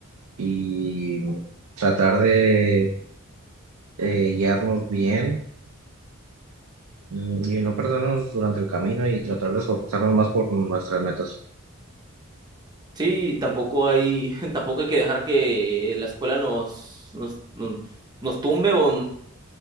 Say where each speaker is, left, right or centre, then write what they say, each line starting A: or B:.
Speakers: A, on the right; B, on the right.
A: y tratar de eh, guiarnos bien mm, y no perdernos durante el camino y tratar de esforzarnos más por nuestras metas.
B: Sí, tampoco hay, <laughs> tampoco hay que dejar que la escuela nos, nos, nos, nos tumbe o,